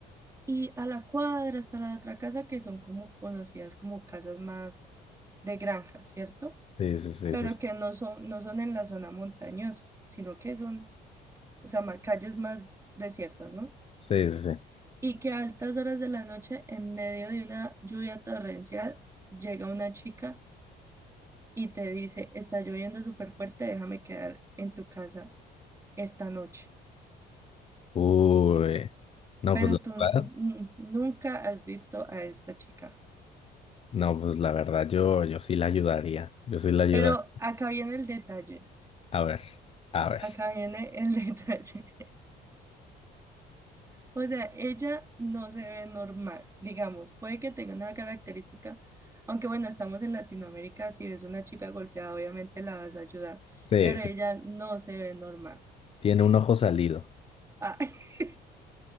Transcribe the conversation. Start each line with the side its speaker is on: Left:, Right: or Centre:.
Right: y a la cuadra está la otra casa que son como conocidas como casas más de granja, ¿cierto?
Left: Sí, sí, sí,
Right: Pero
Left: sí. Sí,
Right: que no son, no son en la zona montañosa, sino que son, o sea, ma- calles más desiertas, ¿no?
Left: sí, sí.
Right: y que a altas horas de la noche, en medio de una lluvia torrencial, llega una chica y te dice, está lloviendo súper fuerte, déjame quedar en tu casa esta noche.
Left: Uy, no,
Right: Pero
Left: pues la
Right: tú n-
Left: verdad,
Right: nunca has visto a esta chica.
Left: no, pues la verdad, yo, yo sí la ayudaría. Yo sí la ayuda.
Right: Pero acá viene el detalle,
Left: A ver, a ver.
Right: acá viene el <laughs> detalle. O sea, ella no se ve normal, digamos, puede que tenga una característica, aunque bueno, estamos en Latinoamérica, si ves una chica golpeada, obviamente la vas a ayudar,
Left: Sí,
Right: pero
Left: sí.
Right: ella no se ve normal.
Left: Tiene un ojo salido.
Right: Ah, <laughs>